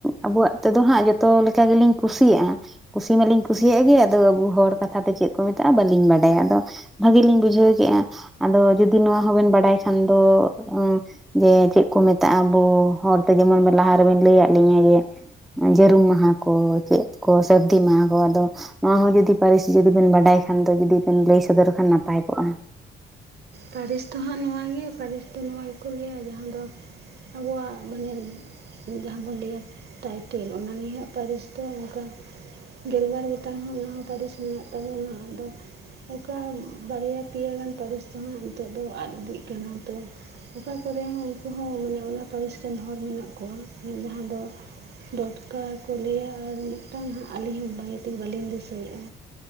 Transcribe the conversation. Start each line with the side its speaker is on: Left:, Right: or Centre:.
Centre: ᱟᱵᱚᱣᱟᱜ ᱛᱮᱫᱚ ᱦᱟᱸᱜ ᱡᱚᱛᱚ ᱞᱮᱠᱟ ᱜᱮᱞᱤᱧ ᱠᱩᱥᱤᱭᱟᱜᱼᱟ ᱾ ᱠᱩᱥᱤ ᱢᱟᱞᱤᱧ ᱠᱩᱥᱤᱭᱟᱜ
Right: ᱟᱪᱪᱷᱟ
Centre: ᱜᱮ
Right: ᱟᱪᱪᱷᱟ
Centre: ᱟᱫᱚ ᱟᱵᱩ ᱦᱚᱲ ᱠᱟᱛᱷᱟ ᱛᱮ ᱪᱮᱫ ᱠᱚ ᱢᱮᱛᱟᱜᱼᱟ᱾ ᱵᱟᱹᱞᱤᱧ ᱵᱟᱰᱟᱭᱟ ᱾ ᱟᱫᱚ ᱵᱷᱟᱜᱮ ᱞᱤᱧ ᱵᱩᱡᱷᱟᱹᱣ ᱠᱮᱜᱼᱟ ᱾ ᱟᱫᱚ ᱡᱚᱫᱤ ᱱᱚᱣᱟ ᱦᱚᱸᱵᱮᱱ ᱵᱟᱰᱟᱭ ᱠᱷᱟᱱ ᱫᱚᱻ ᱚᱸ ᱡᱮ ᱪᱮᱫ ᱠᱚ ᱢᱮᱛᱟᱜᱼᱟ ᱟᱵᱚ ᱦᱚᱲᱛᱮ ᱡᱮᱢᱚᱱ ᱞᱟᱦᱟᱨᱮᱵᱮᱱ ᱞᱟᱹᱭᱟᱫ ᱞᱤᱧᱟ ᱡᱮ ᱡᱟᱹᱨᱩᱢ ᱢᱟᱦᱟ ᱠᱚ ᱪᱮᱫ ᱠᱚ ᱥᱟᱹᱨᱫᱤ ᱢᱟᱦᱟ ᱠᱚ ᱟᱫᱚ ᱱᱚᱣᱟ ᱦᱚᱸ ᱡᱩᱫᱤ ᱯᱟᱹᱨᱤᱥ ᱵᱮᱱ ᱵᱟᱰᱟᱭ ᱠᱷᱟᱱ ᱫᱚ ᱡᱩᱫᱤ ᱵᱮᱱ ᱞᱟᱹᱭ ᱥᱚᱫᱚᱨ ᱠᱷᱟᱱ ᱱᱟᱯᱟᱭ ᱠᱚᱜᱼᱟ᱾
Right: ᱯᱟᱹᱨᱤᱥ ᱫᱚ ᱦᱟᱸᱜ ᱱᱚᱣᱟ ᱜᱮ ᱯᱟᱹᱨᱤᱥ ᱫᱚ ᱱᱚᱣᱟ ᱜᱮᱠᱚ ᱞᱟᱹᱭᱟ ᱡᱟᱦᱟᱸ ᱫᱚ ᱟᱵᱚᱣᱟᱜ ᱢᱟᱱᱮ ᱡᱟᱦᱟᱸ ᱵᱚᱱ ᱞᱟᱹᱭᱟ ᱴᱟᱭᱴᱮᱞ ᱚᱱᱟ ᱱᱤᱭᱟᱹ ᱦᱟᱸᱜ ᱯᱟᱹᱨᱤᱥ ᱫᱚ ᱚᱱᱠᱟ ᱜᱮᱞᱵᱟᱨ ᱜᱚᱴᱟᱝ ᱦᱚᱸ ᱚᱱᱟ ᱦᱚᱸ ᱯᱟᱹᱨᱤᱥ ᱢᱮᱱᱟᱜ ᱛᱟᱵᱚᱱᱟ ᱟᱫᱚ ᱚᱠᱟ ᱵᱟᱨᱭᱟ ᱯᱮᱭᱟ ᱜᱟᱱ ᱯᱟᱹᱨᱤᱥ ᱫᱚᱦᱟᱸᱜ ᱱᱤᱛᱚᱜ ᱫᱚ ᱟᱫ ᱤᱫᱤᱜ ᱠᱟᱱᱟ ᱛᱚ ᱾ ᱚᱠᱟ ᱠᱚᱨᱮ ᱦᱚᱸ ᱩᱱᱠᱩ ᱦᱚᱸ ᱢᱟᱱᱮ ᱚᱱᱟ ᱯᱟᱹᱨᱤᱥ ᱨᱮᱱ ᱦᱚᱲ ᱢᱮᱱᱟᱜ ᱠᱚᱣᱟ ᱡᱟᱦᱟᱸ ᱫᱚ ᱰᱚᱴᱠᱟ ᱠᱚ ᱞᱟᱹᱭᱟ ᱟᱨ ᱢᱤᱫᱴᱟᱝ ᱦᱟᱸᱜ ᱟᱹᱞᱤᱧ ᱦᱚᱸ ᱵᱟᱭᱮᱴᱤᱠ ᱵᱟᱹᱞᱤᱧ ᱫᱤᱥᱟᱹᱭᱮᱜᱼᱟ᱾